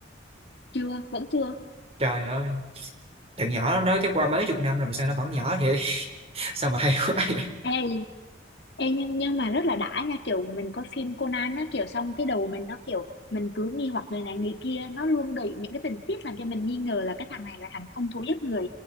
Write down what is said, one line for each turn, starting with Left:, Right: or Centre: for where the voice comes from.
Left: chưa vẫn chưa
Right: trời ơi thằng nhỏ nó chắc qua mấy chục năm rồi mà sao nó vẫn nhỏ vậy <laughs> sao mà hay quá vậy
Left: ê, ê nhưng nhưng mà rất là đã nha kiểu mình coi phim Conan á kiểu xong cái đầu mình nó kiểu mình cứ nghi hoặc người này người kia nó luôn đẩy những cái tình tiết làm cho mình nghi ngờ là cái thằng này là thằng không thú giết người